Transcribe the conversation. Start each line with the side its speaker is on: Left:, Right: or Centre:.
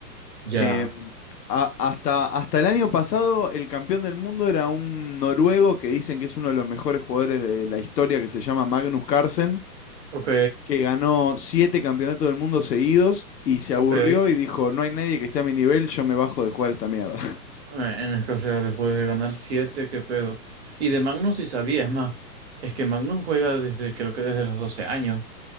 Right: Ya.
Left: eh, a- hasta, hasta el año pasado el campeón del mundo era un noruego que dicen que es uno de los mejores jugadores de la historia que se llama Magnus Carlsen.
Right: Ok,
Left: que ganó siete campeonatos del mundo seguidos y se aburrió
Right: ok. Eh,
Left: y dijo, no hay nadie que esté a mi nivel, yo me bajo de jugar esta mierda. <laughs>
Right: En escasez, después de ganar 7 qué pedo. Y de Magnum sí sabía, es más. Es que Magnum juega desde, creo que desde los 12 años,